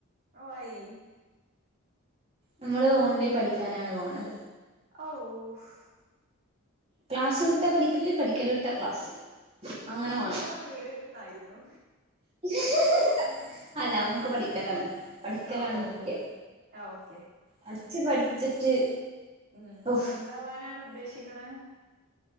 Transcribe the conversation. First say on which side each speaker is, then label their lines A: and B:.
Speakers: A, on the right (about 50°); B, on the right (about 30°).
A: ഓ ആയി
B: നമ്മള് ഓൺലി പഠിക്കാനാണ് പോണത്
A: ഓഫ്
B: ക്ലാസ് വിട്ട പഠിക്കലേ പഠിക്കല വിട്ടാ ക്ലാസ്
A: ക്ലാസ്
B: അങ്ങനെ വേണം
A: വിട്ട വീട് എന്നായിരുന്നു
B: <unintelligible>
A: ഉം
B: ഞങ്ങക്ക് പഠിക്കലാണ് പഠിക്കലാണ്
A: ഓ ഓ
B: മുഖ്യം
A: ഓ ആ ഓക്കെ
B: പഠച്ച് പഠിച്ചിട്ട്
A: ഉം
B: ഉഫ്
A: എന്താവാനാണ് ഉദ്ദേശിക്കുന്നത്